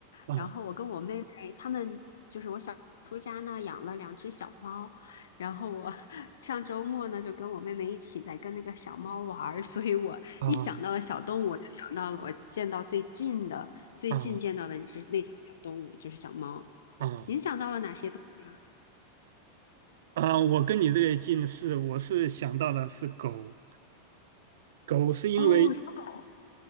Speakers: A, on the right (about 55°); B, on the left (about 60°).
A: 啊
B: 然后我跟我妹妹他们就是我小叔家呢养了两只小猫，然后我 <laughs> 上周末呢就跟我妹妹一起在跟那个小猫玩儿，所以我一想到了小动物，
A: 啊
B: 我就想到了我见到最近的最近见到的那只那只小动物就是小猫。
A: 啊啊
B: 您想到了哪些动物呀？
A: 啊！我跟你这个近似，我是想到的是狗，狗是因为
B: 哦，小狗。